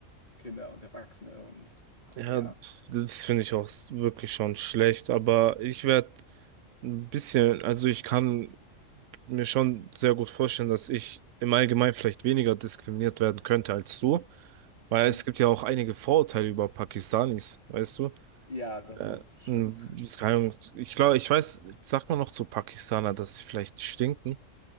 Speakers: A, on the left; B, on the right.
A: Kinder und Erwachsene und
B: Ja,
A: ja.
B: das finde ich auch wirklich schon schlecht, aber ich werde ein bisschen, also ich kann mir schon sehr gut vorstellen, dass ich im Allgemeinen vielleicht weniger diskriminiert werden könnte als du, weil
A: Mhm.
B: es gibt ja auch einige Vorurteile über Pakistanis, weißt du?
A: Ja, das
B: Äh,
A: ist auch schlimm.
B: mh, ich keine Ahnung, ich glaube, ich weiß, sagt man noch zu Pakistaner, dass sie vielleicht stinken?